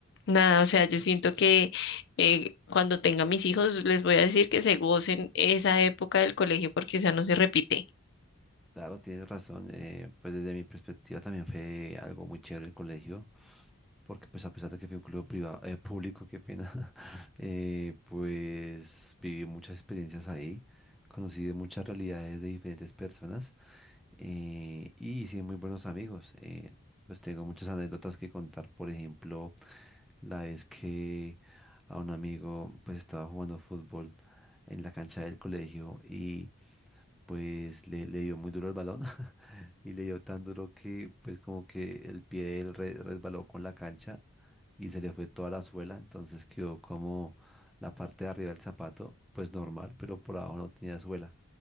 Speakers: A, on the left; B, in the centre.
A: nada, o sea, yo siento que eh, cuando tenga mis hijos, les voy a decir que se gocen esa época del colegio porque esa no se repite.
B: claro, tienes razón, eh, pues desde mi perspectiva también fue algo muy chévere el colegio, porque pues a pesar de que fui un colegio privado, eh, público, qué pena, <laughs> eh, pues viví muchas experiencias ahí, conocí de muchas realidades de diferentes personas. eh, y hice muy buenos amigos. eh, pues tengo muchas anécdotas que contar. Por ejemplo, la vez que a un amigo pues estaba jugando fútbol en la cancha del colegio y pues le, le dio muy duro el balón <laughs> y le dio tan duro que pues como que el pie de él re- resbaló con la cancha y se le fue toda la suela, entonces quedó como la parte de arriba del zapato, pues normal, pero por abajo no tenía suela.